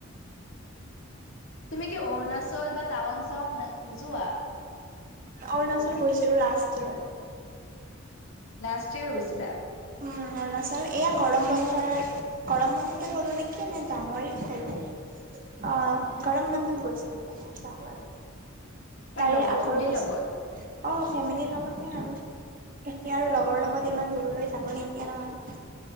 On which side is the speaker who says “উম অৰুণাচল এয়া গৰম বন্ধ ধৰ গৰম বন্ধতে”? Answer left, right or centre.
Right